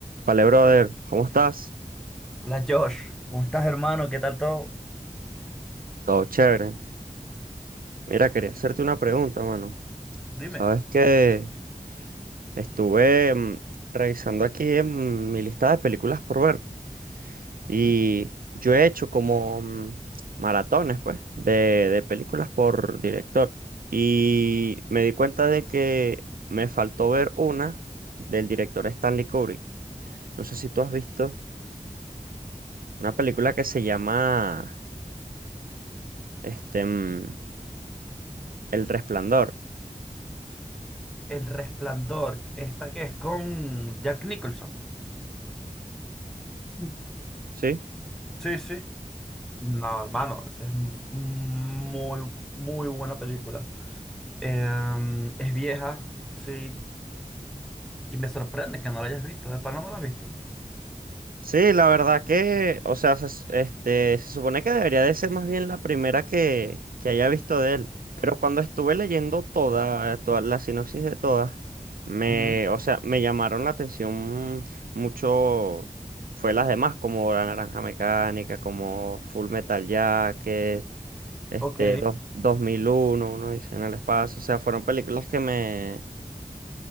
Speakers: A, on the right; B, in the centre.
A: Vale, brother, ¿cómo estás?
B: Hola Josh, ¿Cómo estás, hermano? ¿Qué tal todo?
A: Todo chévere. Mira, quería hacerte una pregunta, mano.
B: Dime.
A: Sabes que estuve mm, revisando aquí en mi lista de películas por ver
B: Ujú.
A: y yo he hecho como mm, maratones, pues, de, de películas por director y me di cuenta de que me faltó ver una del director Stanley Kubrick. No sé si tú has visto una película que se llama este, mm, El Resplandor,
B: El Resplandor, esta que es con Jack Nicholson. Mm.
A: ¿sí?
B: Sí, sí. No, hermano, esa es m- muy, muy buena película. Em, es vieja, sí, y me sorprende que no la hayas visto, de pana no la has visto.
A: Sí, la verdad que, o sea, se, este, se supone que debería de ser más bien la primera que, que haya visto de él, pero cuando estuve leyendo toda, toda la sinopsis de todas, me,
B: Ujú.
A: o sea, me llamaron la atención mucho, fue las demás, como La Naranja Mecánica, como Full Metal Jacket, este,
B: Ok,
A: dos- 2001, uno dice en el espacio, o sea, fueron películas que me,